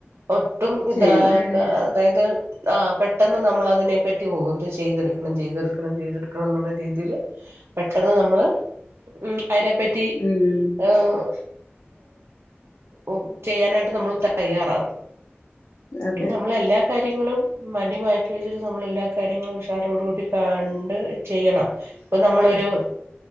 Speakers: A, on the right (about 80°); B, on the left (about 65°).
A: ഒട്ടും ഇതാക്കാതെ
B: ചെയ്യുന്ന അതെ
A: അതായതു ആ പെട് ട്ടെന്ന് നമ്മളതിനെപ്പറ്റി ഓ ഇത് ചെയ്തെടുക്കണം ചെയ്തെടുക്കണം ചെയ്തെടുക്കണംന്നൊള്ള രീതില് പെട്ടെന്ന് നമ്മള് ഉം അതിനെപ്പറ്റി
B: ഉം
A: ഉം ഉം ചെയ്യാനായിട്ട് നമ്മള് തയ്യാറാകും.
B: അതെ
A: ഇങ്ങനെ നമ്മളെല്ലാകാര്യങ്ങളും മടി മാറ്റി വച്ചിട്ട് നമ്മളെല്ലാ കാര്യങ്ങളും ഉഷാറോടുകൂടി കണ്ടു ചെയ്യണം ഇപ്പം നമ്മളൊരു,